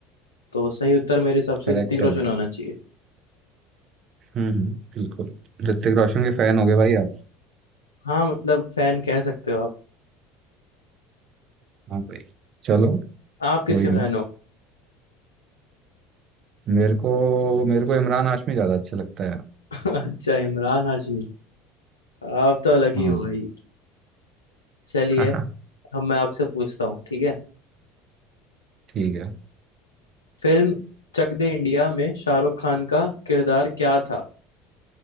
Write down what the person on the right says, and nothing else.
करेक्ट
है
भाई
हम्म हम्म, बिल्कुल ऋतिक रोशन के फैन हो गए भाई आप
हाँ भाई चलो
कोई नहीं
मेरे को मेरे को इमरान हाशमी ज्यादा अच्छा लगता है
हाँ
<laughs>
ठीक है